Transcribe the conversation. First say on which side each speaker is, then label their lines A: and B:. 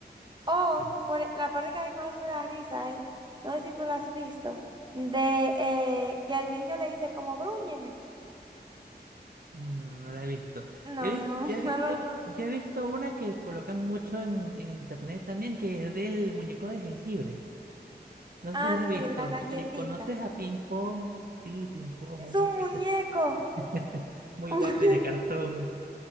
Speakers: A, on the right; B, on the right.
A: O
B: ¿Qué?
A: por e, la parte que a mí más me da risa es, no sé si tú la has visto, de eh, que el niño le dice como grúñeme.
B: No, no la he visto.
A: No,
B: Yo he, vis-
A: no,
B: yo
A: <laughs>
B: he visto,
A: no lo, no lo-
B: yo he visto una que colocan mucho en, en internet también, que es del muñeco de jengibre. No
A: Ah,
B: sé si la
A: sí,
B: has visto.
A: la galletita.
B: ¿Te- ¿Conoces a Ping Pong? Sí, Ping Pong,
A: Es
B: un
A: un
B: muñeco
A: muñeco.
B: <laughs> muy
A: <laughs>
B: guapo y de cartón.